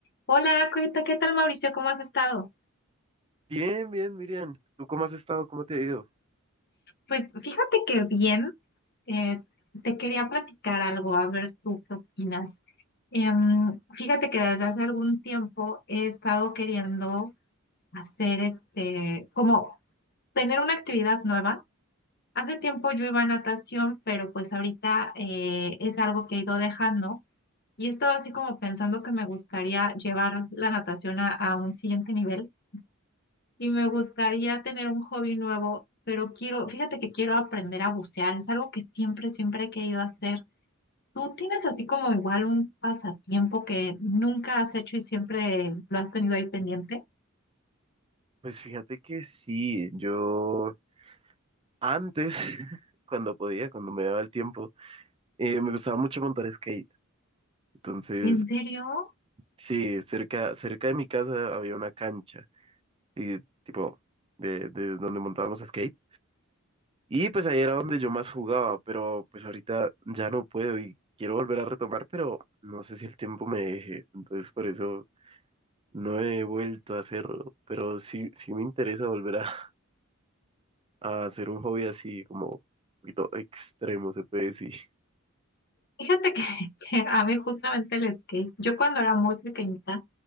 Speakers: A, on the left; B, on the right.
A: Hola, Cueta, ¿qué tal Mauricio? ¿Cómo has estado?
B: Bien, bien, Miriam. ¿Tú cómo has estado? ¿Cómo te ha ido?
A: Pues fíjate que bien, eh, te quería platicar algo, a ver tú qué opinas. Em, fíjate que desde hace algún tiempo he estado queriendo hacer este, como tener una actividad nueva. Hace tiempo yo iba a natación, pero pues ahorita eh, es algo que he ido dejando y he estado así como pensando que me gustaría llevar la natación a a un siguiente nivel. y me gustaría tener un hobby nuevo, pero quiero, fíjate que quiero aprender a bucear, es algo que siempre, siempre he querido hacer. ¿Tú tienes así como igual un pasatiempo que nunca has hecho y siempre lo has tenido ahí pendiente?
B: Pues fíjate que sí, yo antes, <laughs> cuando podía, cuando me daba el tiempo, eh, me gustaba mucho montar skate. Entonces,
A: ¿En serio?
B: sí, cerca, cerca de mi casa había una cancha, y, tipo, de, de donde montábamos skate. Y pues ahí era donde yo más jugaba, pero pues ahorita ya no puedo y quiero volver a retomar, pero no sé si el tiempo me deje. Entonces, por eso no he vuelto a hacerlo, pero sí, sí me interesa volver a a hacer un hobby así como un poquito extremo, se puede decir.
A: Fíjate que, <laughs> que a mí justamente el skate, yo cuando era muy pequeñita,